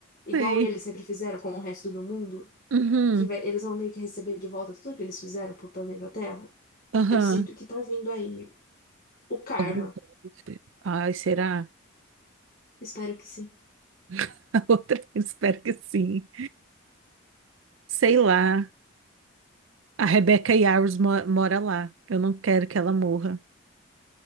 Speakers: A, on the left (about 40°); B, on the right (about 70°).
A: Igual
B: Sei.
A: eles sempre fizeram com o resto do mundo,
B: Uhum.
A: que vai- eles vão meio que receber de volta tudo que eles fizeram pro planeta Terra.
B: Aham.
A: Eu sinto que tá vindo aí o karma.
B: Alguma coisa. do tipo. Ai, será?
A: Espero que sim.
B: <laughs> A outra, espero que sim. Sei lá. A Rebecca Yarros mo- mora lá. Eu não quero que ela morra.